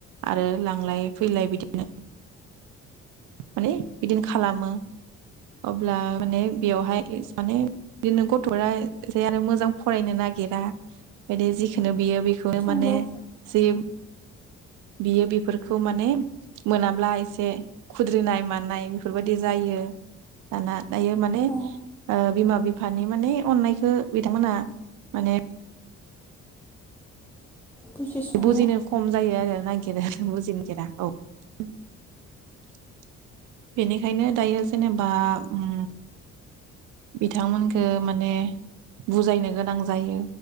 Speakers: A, on the right; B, in the centre.
A: आरो लांलाय फैलाय बिदिनो। माने बिदिनो खालामो अब्ला माने बेवहाय माने बिदिनो गथ'आ जे आरो मोजां फरायनो नागिरा बिदि जिखोनो बियो बे बिखौनो
B: नंगौ
A: माने जि बियो बेफोरखौ माने मोनाब्ला एसे खुद्रिनाय मानाय बेफोरबायदि जायो दाना। दायो माने
B: औ
A: ओ बिमा बिफ बिफानि माने अननायखौ बिथांमोना माने
B: बुजिस' हाया
A: बुजिनो खम जायो आरो ना <unintelligible> बेनिखायनो दायो जेनेबा उम बिथांमोनखो माने बुजायनो गोनां जायो